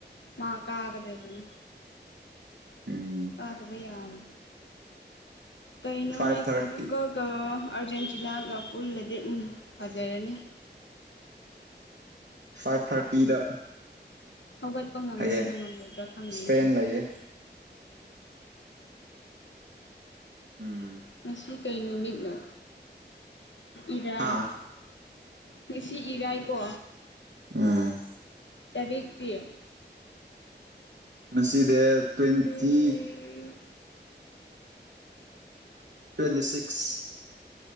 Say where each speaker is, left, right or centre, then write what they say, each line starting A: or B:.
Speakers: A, on the left; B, on the right.
A: ꯃꯥ ꯀꯥꯒꯗ ꯑꯗꯨ ꯑꯗꯨꯅꯤ
B: ꯎꯝ
A: ꯑꯥꯗꯕ ꯌꯥꯒ ꯀꯩꯅꯩꯅꯣꯅꯦꯦꯄꯨꯒꯒ
B: ꯐꯥꯏꯚ ꯊꯥꯔꯇꯤ
A: ꯑꯔꯖꯦꯟꯇꯤꯅꯥꯒ ꯎꯜꯂꯗꯤ ꯎꯝ ꯐꯖꯔꯅꯤ
B: ꯐꯥꯏꯚ ꯊꯥꯔꯇꯤꯗ
A: ꯍꯧꯒꯠꯄ ꯉꯝꯗꯣꯏꯔꯥ
B: ꯍꯌꯦꯡ
A: ꯉꯝꯃꯣꯏꯗ꯭ꯔꯥ ꯐꯪꯗꯅꯦ
B: ꯏꯁꯄꯦꯟ ꯂꯩꯌꯦ ꯎꯝ
A: ꯄꯦꯟꯁꯤ ꯀꯩ ꯅꯨꯃꯤꯠꯅꯣ ꯏꯔꯥꯏ
B: ꯍꯥꯥ
A: ꯉꯁꯤ ꯏꯔꯥꯏꯀꯣ
B: ꯑ <inaudible>
A: ꯇꯔꯛꯀꯤ
B: ꯃꯁꯤꯁꯤꯗꯤ ꯇ꯭ꯋꯦꯟꯇꯤ
A: ꯇꯔꯦꯠ
B: ꯇ꯭ꯋꯦꯟꯇꯤ ꯁꯤꯛꯁ